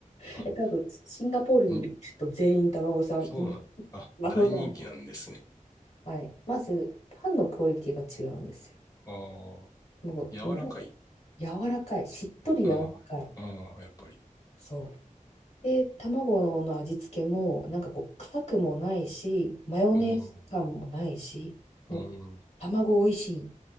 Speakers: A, on the left; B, on the left.
A: ーあ、
B: う、え、多分、シンガポールにいる人全員卵サン、
A: に、そうなん、あ、
B: 卵サン。
A: 大人気なんですね。
B: はい。まず、パンのクオリティが違うんですよ。
A: ああ、
B: もう、
A: 柔らかい。
B: みんな柔らかい。しっとり柔らかい。
A: ああ、ああ、やっぱり。
B: そう。で、卵の味付けも、なんかこう、臭くもないし、マヨネーズ感もないし、
A: うん、
B: もう、
A: うん。
B: 卵美味しい。